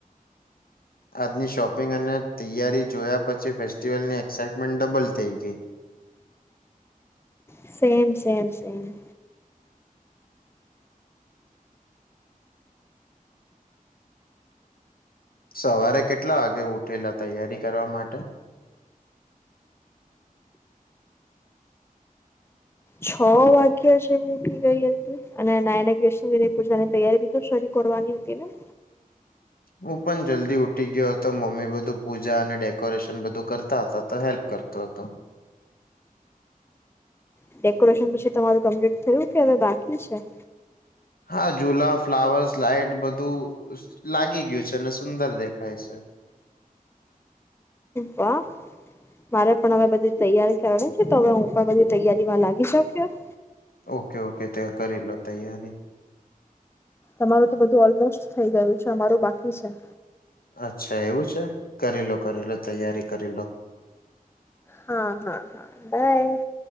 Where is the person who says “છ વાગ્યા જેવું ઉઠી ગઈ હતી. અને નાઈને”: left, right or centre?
Left